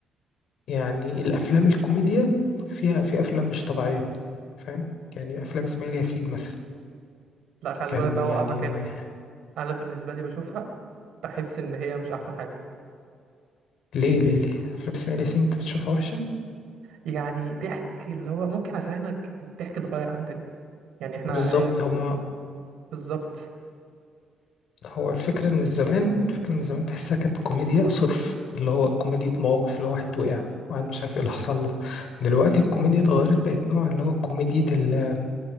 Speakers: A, on the left; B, on the right.
A: يعني الافلام الكوميديا فيها في افلام مش طبيعيه فاهم يعني افلام اسماعيل ياسين مثلا
B: لا خلي
A: كان
B: بالك بقى هو
A: يعني
B: قفك هنا انا بالنسبه لي بشوفها بحس ان هي مش احسن حاجه
A: ليه ليه ليه افلام اسماعيل ياسين انت بتشوفها وحشه
B: يعني ضحك اللي هو ممكن عشان احنا ك- الضحك اتغير عندنا يعني احنا
A: بالظبط هما
B: بالظبط
A: هو الفكرة إن زمان الفكرة إن زمان تحسها كانت كوميديا صرف اللي هو كوميديا مواقف اللي هو واحد وقع واحد مش عارف ايه اللي حصل له دلوقتي الكوميديا اتغيرت بقت نوع اللي هو كوميديا ال-